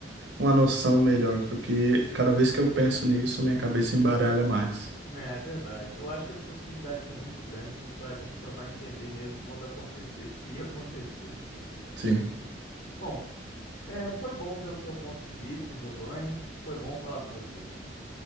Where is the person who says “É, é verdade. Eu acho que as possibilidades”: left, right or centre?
Left